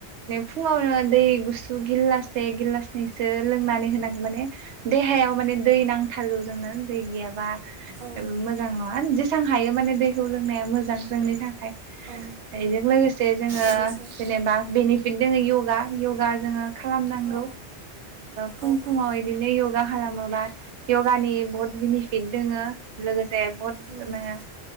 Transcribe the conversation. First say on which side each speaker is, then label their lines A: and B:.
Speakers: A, on the right; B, on the right.
A: फुङावनो दै गुसु गिलाससे गिलासनैसो लोंनानै होनांगौ माने देहायाव माने दै नांथारगौ जोंनो दै गैयाबा
B: औ
A: मोजां नङा जेसां हायो माने दैखौ लोंनाया मोजां जोंनि थाखाय
B: औ
A: बेजों लोगोसे जोङो
B: बेनोसै
A: जेनेबा बेनिफिट दङ योगा योगा जोङो खालामनांगौ
B: औ
A: फुं
B: औ
A: फुङाव
B: औ
A: बिदिनो यगा खालामोबा यगानि बहुत बेनिफिट दोङो लोगोसे बहुत
B: उम
A: माने